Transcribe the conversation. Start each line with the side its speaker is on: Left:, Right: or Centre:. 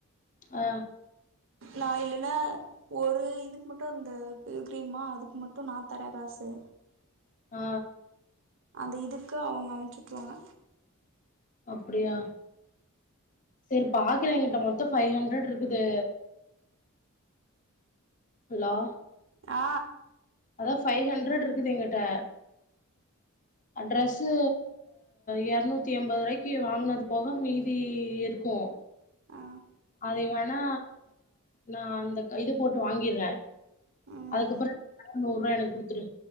Left: ஆ
Right: நா இல்லனா ஒரு இதுக்கு மட்டு இந்தந்த கிரீமா அதுக்கு மட்டு நா தரே காசு
Left: ஆ
Right: அந்த இதுக்கு அவங்க அமுச்சுட்ருவாங்க
Left: அப்படியா செரி பாக்கற எங்கிட்ட மொத்தோ ஃபைவ் ஹண்ட்ரட் இருக்குது துலா
Right: ஆ
Left: அதாவ் ஃபைவ் ஹண்ட்ரட் இருக்குது எங்கிட்ட அ ட்ரஸ்ஸு இரனூத்தி எம்பாது ரூவாய்க்கி வாங்குனது போக மீதி இருக்கு
Right: ஆ
Left: அதைய வேணா நா அந்த இது போட்டு வாங்கிர்றே
Right: ம்
Left: அதுக்கப்பறோ <inaudible> நூர்ருவா எனக்கு குடுத்துரு